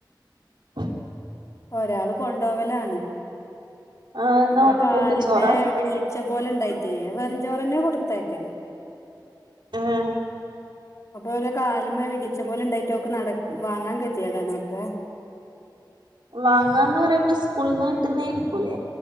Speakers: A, on the right (about 80°); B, on the left (about 40°).
A: ആ
B: ഒരാള് കൊണ്ടോവലാണ്.
A: ആഹ് എന്നാ
B: അവളെ
A: കൊണ്ട്
B: കാലിമേ
A: പോക്ക് ചോറാ
B: വിളിച്ച പോലെ ണ്ടായിട്ടെ വെർഞ്ചോര് ന് കൊടുതയ്ക്കല്
A: ഉം
B: അപ്പൊ ഓരോ കാല്മ്മ വിളിച്ച പോലെ ണ്ടായിട്ട് ഓക്ക് നട വാങ്ങാൻ കെതിയെടാണ് അപ്പൊ <inaudible>
A: വാങ്ങാന്ന് പറയുമ്പോ സ്കൂൾന്ന് ട്ട്ന്നരിക്കുല്ലേ